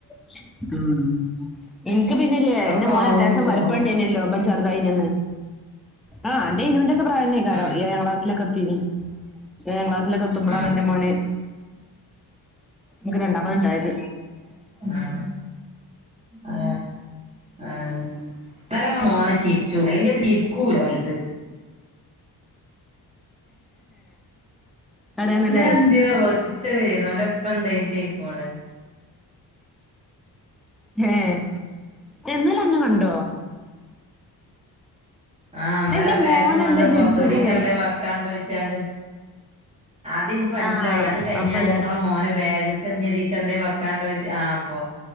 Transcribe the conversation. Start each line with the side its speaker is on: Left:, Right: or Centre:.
Centre: ഉം ഇൻക്ക് പിന്നെല്ലേ
Right: അതൊക്കെ
Centre: എന്റെ മോന
Right: ആവും
Centre: അത്യാവശ്യം
Right: ചോറും
Centre: വലുപ്പംണ്ട്നല്ലോ ബൻ ചർതായിനന്ന് ആ അന്റെ ഇനൂന്റെ ഒക്കെ പ്രായം ക്കാരം.
Right: ഉം
Centre: ഏഴാം ക്ലാസ്സിലൊക്കെ എത്തിക്ക്ണ്. ഏഴാം ക്ലാസ്സിലൊക്കെ എത്തുമ്പോളാണ്
Right: ഉം
Centre: ഇന്റെ മോന് ൻക്ക് രണ്ടാമത്ണ്ടായത്
Right: ആ ആ ആ ന്നലെങ്ങളെ മോന് ചിര്ച്ചു അല്ലെങ്കി അത് ചിരിക്കൂല വൽത്
Centre: കടയെന്നല്ലേ
Right: ഇന്നലെ എന്ത്യാവാേ ചിര്ച്ചക്കെയ്ത് ഓന്റെ പ്പണ്ടേ ക്കോടെ
Centre: ഹേ ഏ ഇന്നലന്നെ കണ്ടോ
Right: ആ ഇന്നലെ
Centre: എന്റെ
Right: ആ ബാഗും
Centre: മോനല്ല
Right: കൊണ്ട്
Centre: ചിരിച്ചത്
Right: പൊറത്ത്ത്തീക്കെന്തേ വെക്കാണ്ടോയ്ച്ചാണ്ട് അതിൻക്ക് മൻസ്സിലായി
Centre: ആഹ്
Right: അത് കഴിഞ്ഞാണ്ട്
Centre: അപ്പല്ലേ
Right: ങ്ങളെ മോന് ബാഗ്ക്ക് ഞ്ഞ്തിക്കെന്തേം വെക്കാണ്ടോയ്ച്ച് ആ പ്പോ